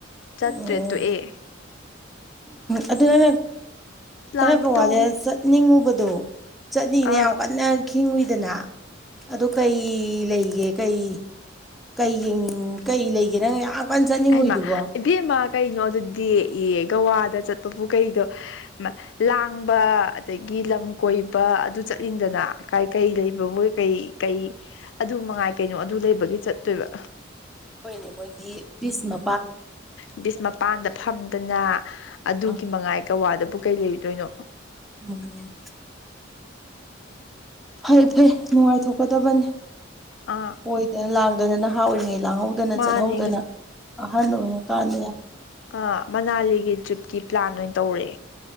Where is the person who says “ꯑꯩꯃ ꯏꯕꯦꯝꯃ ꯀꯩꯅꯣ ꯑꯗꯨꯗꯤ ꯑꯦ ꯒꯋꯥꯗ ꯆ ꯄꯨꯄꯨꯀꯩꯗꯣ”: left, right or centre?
Left